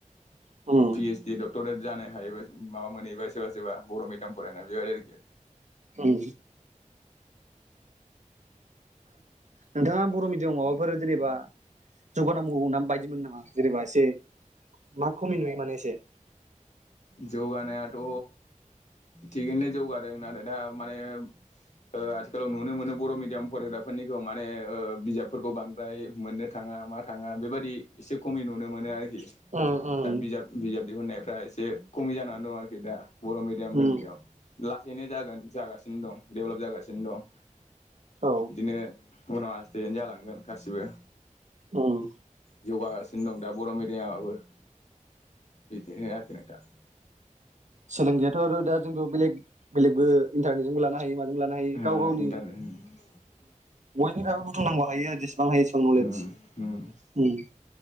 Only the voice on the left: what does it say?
पिएसडी डक्टरेड जानो हायोबास माबा मोनहैबाय सोरबा सोरबा बर' मिडियाम फरायना बेबायदि आरोखि
जौगानायाथ' थिगैनो जौगादों नाथाय दा माने ओ आथिखालाव नुनो मोनो बर' मिडियाम फरायग्राफोरनिखौ माने ओ बिजाबफोरखौ बांद्राय मोननो थाङा मा थाङा बेबादि एसे खमि नुनो मोनो आरो दा
बिजाब बिजाब दिहुनाय फ्रा एसे खमि जानानै दं आरोखि दा बर' मिडियामफोरनियाव
लासैनो जागोन जागासिनो जं दं <inaudible> डेभलप जागासिनो दं
बिदिनो उनाव आसस्टेयैनो जालांगोन गासिबो
जौगागासिनो दं दा बर' मिडियामाबो । बिदिनो आरोखि नोंथां
ओ
इन्टारनेट
उम
उम